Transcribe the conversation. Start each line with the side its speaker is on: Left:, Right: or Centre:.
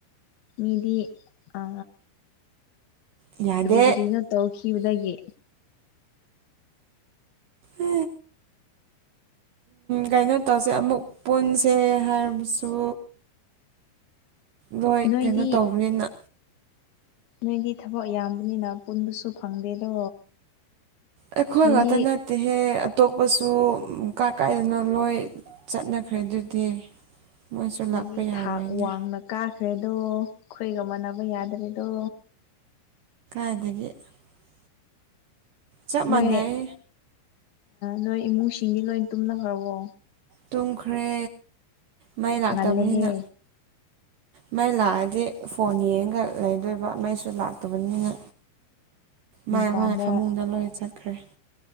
Left: ꯃꯤꯗꯤ ꯑ
Right: ꯌꯥꯗꯦ
Left: ꯀꯔꯤ ꯀꯔꯤꯅꯣ ꯇꯧꯈꯤꯕꯗꯒꯤꯦ
Right: ꯑ ꯀꯩꯅꯣ ꯇꯧꯁꯦ ꯑꯃꯨꯛ ꯄꯨꯟꯁꯦ ꯍꯥꯏꯔꯕꯁꯨ ꯂꯣꯏ
Left: ꯅꯣꯏꯗꯤ
Right: ꯀꯩꯅꯣ ꯇꯧꯕꯅꯤꯅ
Left: ꯅꯣꯏꯗꯤ ꯊꯕꯛ ꯌꯥꯝꯕꯅꯤꯅ ꯄꯨꯟꯕꯁꯨ ꯐꯪꯗꯦꯗꯣ
Right: ꯑꯩꯈꯣꯏ
Left: ꯅꯣꯏꯗꯤ
Right: ꯉꯥꯛꯇ ꯅꯠꯇꯦꯍꯦ ꯑꯇꯣꯞꯄꯁꯨ ꯀꯥ ꯀꯥꯏꯗꯅ ꯂꯣꯏ ꯆꯠꯅꯈ꯭ꯔꯦ ꯑꯗꯨꯗꯤ ꯃꯣꯏꯁꯨ
Left: ꯅꯣꯏꯗꯤ
Right: ꯂꯥꯛꯄ ꯌꯥꯔꯣꯏꯅꯦ
Left: ꯊꯥꯛ ꯋꯥꯡꯅ ꯀꯥ ꯈ꯭ꯔꯦꯗꯣ ꯑꯩꯈꯣꯏꯒ ꯃꯥꯟꯅꯕ ꯌꯥꯗ꯭ꯔꯦꯗꯣ
Right: <inaudible> ꯆꯞ ꯃꯅꯩ
Left: ꯅꯣꯏ ꯅꯣꯏ ꯏꯃꯨꯡꯁꯤꯡꯒꯤꯗꯤ ꯂꯣꯏ ꯇꯨꯝꯅꯈ꯭ꯔꯕꯣ
Right: ꯇꯨꯝꯈ꯭ꯔꯦ ꯃꯥꯏ ꯂꯥꯛꯇꯕꯅꯤꯅ
Left: ꯉꯜꯂꯦꯍꯦ
Right: ꯃꯩ ꯂꯥꯛꯑꯗꯤ ꯐꯣꯟ ꯌꯦꯡꯒ ꯂꯩꯗꯣꯏꯕ ꯃꯩꯁꯨ ꯂꯥꯛꯇꯕꯅꯤꯅ ꯃꯥꯏ
Left: ꯃꯄꯥꯟꯗ
Right: ꯃꯥꯏ ꯐꯃꯨꯡꯗ ꯂꯣꯏ ꯆꯠꯈ꯭ꯔꯦ